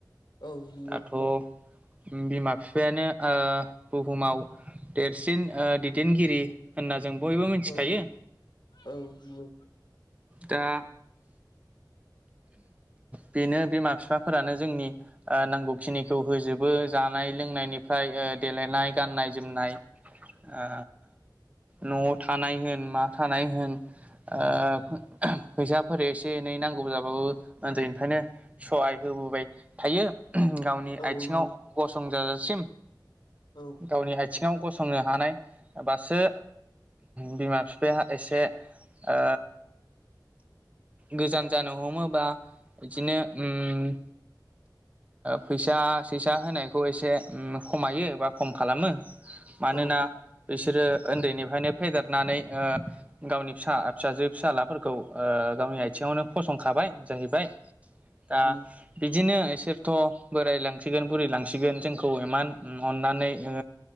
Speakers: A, on the left; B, on the right.
A: औ नंगौ।
B: दाथ' बिमा बिफायानो ओ बुहुमाव देरसिन दैदेनगिरि होनना जों बयबो मिथिखायो।
A: औ औ नंगौ
B: दा बेनो बिमा बिफाफोरानो जोंनि नांगौखिनि खौ होजोबो जानाय लोंनायनिफ्राय ओ देलेनाय गाननाय जोमनाय ओ न'वाव थानाय होन मा थानाय होन ओ फैसाफोर एसे एनै नांगौब्लाबो उन्दैनिफ्रायनो सहाय होबोबाय थायो गावनि
A: औ
B: आइथिङाव
A: नंगौ
B: गसंजाजासिम
A: औ
B: गावनि आइ थिङाव गसंनो हानाय बासो बिमा बिफाया एसे ओ गोजान जा नो हमोबा इदिनो उम फैसा सैसा होनायखौ एसे खमायो बा खम खालामो। मानोना
A: औ
B: बिसोरो उन्दैनिफ्रायनो फेदेरनानै ओ गावनि फिसा फिसाजो फिसालाफोरखौ गावनि आथिङावनो फसंखाबाय जाहैबाय दा
A: नंगौ
B: बिदिनो सोरथ' बोरायलांसिगोन बुरैलांसिगोन जोंखौ इमान अननानै ओ